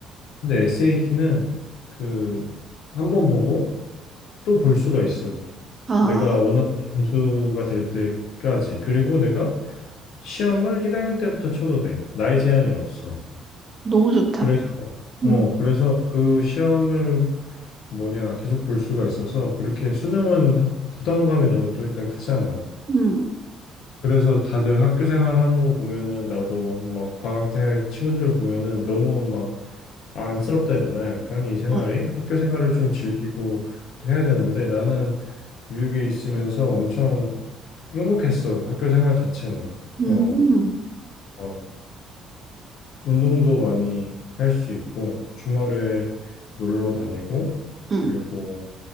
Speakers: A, on the left; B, on the right.
A: 근데 SAT는 그 한 번 보고 또 볼 수가 있어요
B: 아,
A: 내가 원하는 점수가 될 때까지 그리고 내가 시험을 1학년 때부터 쳐도 돼 나이 제한이 없어
B: 너무 좋다.
A: 그래서 어
B: 응,
A: 그래서 그 시험을 뭐냐 계속 볼 수가 있어서 그렇게 수능은 부담감이 너무 또 일단 크잖아.
B: 응.
A: 그래서 다들 학교 생활하는 거 보면은 나도 막 방학 때 친구들 보면은 너무 막 안쓰럽다 해야 되나? 약간 이 생활이
B: 음,
A: 학교 생활을 좀 즐기고 또 해야 되는데 나는 미국에 있으면서 엄청 행복했어. 학교 생활 자체는.
B: 음.
A: 어, 막 운동도 많이 할 수 있고 주말에 놀러 다니고
B: 음.
A: 그리고